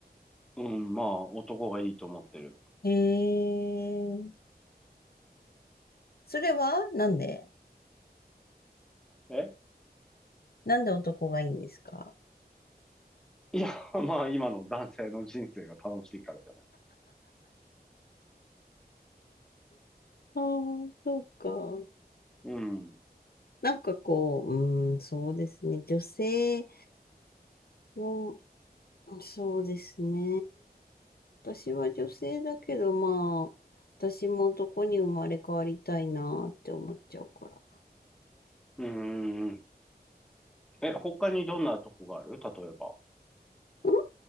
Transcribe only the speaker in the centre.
うん、まあ、男がいいと思ってる。
え
いや、<laughs> まあ、今の男性の人生が楽しいからじゃない。
うん。
うん。え、他にどんなとこがある例えば。